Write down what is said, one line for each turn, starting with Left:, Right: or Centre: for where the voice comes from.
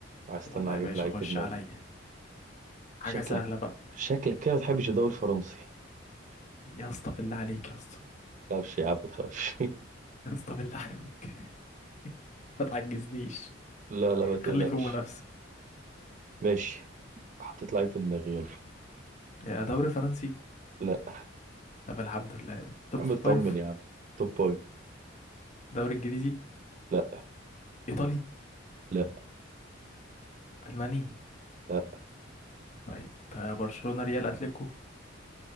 Right: هستنى
Left: يلا يا
Right: اجيب
Left: باشا
Right: لعيب
Left: خش
Right: في دماغي
Left: عليا حاجة
Right: شكلك
Left: سهلة بقى
Right: شكلك كده ما بتحبش الدوري الفرنسي
Left: يا اسطى بالله عليك يا اسطى
Right: لا مش يا عم ما تخافش <laughs>
Left: يا اسطى بالله عليك ما تعجزنيش
Right: لا لا ما تقلقش
Left: خلي فيه منافسة
Right: ماشي حطيت لعيب في دماغي يلا
Left: يا دوري فرنسي
Right: لا
Left: طب الحمد لله توب
Right: يا عم
Left: فايف
Right: اطمن يا عم توب فايف
Left: دوري انجليزي
Right: لا
Left: ايطالي
Right: لا
Left: الماني
Right: لا
Left: طيب آه، برشلونة ريال اتلتيكو